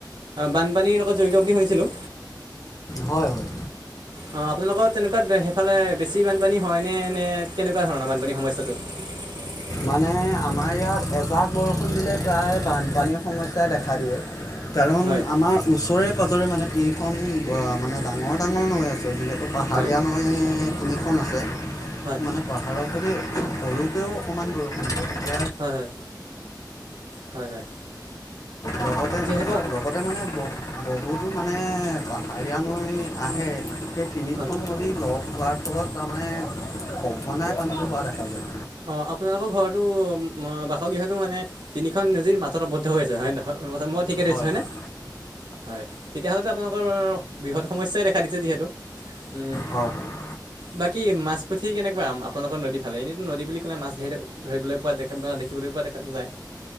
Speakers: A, on the right; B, on the left.
A: বানপানীৰ লগত জড়িত বুলি শুনিছিলোঁ
B: হয় হয়
A: অঁ আপোনালোকৰ তেনেকুৱা সেইফালে বেছি বানপানী হয়নে নে কেনেকুৱা ধৰণৰ বানপানী সমস্যাটো <unintelligible>
B: মানে আমাৰ ইয়াত এজাক বৰষুণ দিলে প্ৰায় বানপানীৰ সমস্যাই দেখা দিয়ে কাৰণ
A: হয়
B: আমাৰ ওচৰে পাজৰে মানে টিলখন মানে ডাঙৰ ডাঙৰ নৈ আছে গতিে পাহাৰীয়া
A: হয়
B: নৈ তিনিখন আছে
A: হয়
B: মানে পাহাৰত যদি সৰুকৈও অণমান বৰষুণ হ
A: হয় হয় হয় হয়
B: লগতে
A: যিহেতু
B: লগতে মানে ব বহুতো মানে বাহাৰীয়া নৈ আহে সেই তিনিখন
A: হয়
B: নদী লগ হোৱাৰ ফলত তাৰমানে সঘনাই পানীটো হোৱা দেখা যায়
A: অঁ আপোনালোকৰ ঘৰটো বাসগৃহটো মানে তিনিখন নজীৰ মাতত আৱদ্ধ হৈ আছে হয় নহয় মই ঠিকে ধৰিছোঁ
B: হয়
A: হয়নে
B: হয়
A: হয় তেতিয়াহ'লেতো আপোনালোকৰ বৃহৎ সমস্যাই দেখা দিছে যিহেতু উ
B: হয় হয়
A: বাকী মাছ পুঠি কেনেকুৱা আপোনালোকৰ নদী ফালে এনেো নদী বুলি ক'লে মাছ ধৰি ধৰিবলৈ প দেখিবলৈ পোৱা দেখা যায়